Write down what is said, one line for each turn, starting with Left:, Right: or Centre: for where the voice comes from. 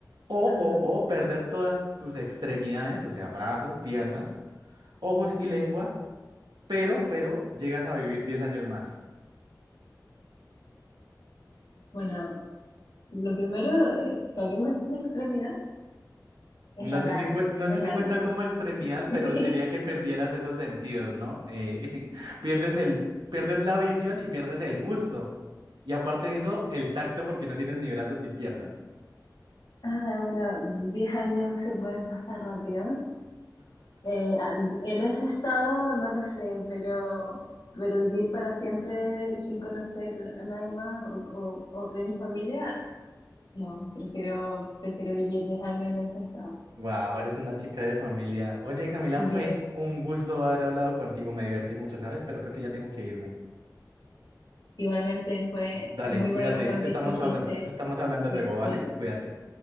Right: O,
Left: ajá.
Right: o, o perder todas tus extremidades, o sea, brazos, piernas, ojos y lengua, pero, pero llegas a vivir 10 años más.
Left: Bueno, lo primero, eh, la lengua es una extremidad. Es
Right: No
Left: rara,
Right: sé si, cue- no
Left: es
Right: sé si
Left: raro.
Right: cuenta como extremidad,
Left: <laughs>
Right: pero sería que perdieras esos sentidos, ¿no? Eh, <laughs> pierdes el, pierdes la visión y pierdes el gusto. Y aparte de eso, el tacto porque no tienes ni brazos ni piernas.
Left: Ah, bueno, diez años se pueden pasar rápido. Eh, en ese estado no lo sé, pero, pero vivir para siempre sin conocer a nadie más o, o- o de mi familia, no, prefiero, prefiero vivir 10 años en ese estado.
Right: Wow, eres una chica de familia. Oye, Camila,
Left: Tienes,
Right: fue un gusto haber hablado contigo. Me divertí mucho, ¿sabes? Pero creo que ya tengo que irme.
Left: igualmente fue
Right: Dale,
Left: muy
Right: cuídate.
Left: bueno el juego
Right: Estamos
Left: que escogiste,
Right: hablando, estamos hablando
Left: cuídate.
Right: luego, ¿vale? Cuídate.